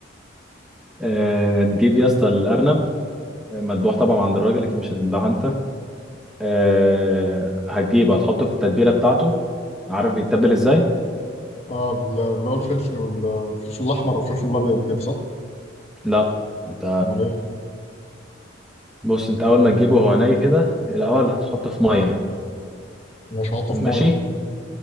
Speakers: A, in the centre; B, on the left (about 35°).
A: آه، هتجيب يا اسطى الارنب مذبوح طبعا عند الراجل لكن مش هتذبحه انت آه، هتجيبه هتحطه في التتبيله بتاعته عارف بيتبل ازاي
B: اه بال- اللي هو الفلفل والفلفل الاحمر والفلفل الابيض كده صح؟
A: لا انت
B: امال ايه؟
A: بص انت اول ما تجيبه هو ني كده الاول هتحطه في ميه
B: مش هحطه
A: ماشي
B: في ميه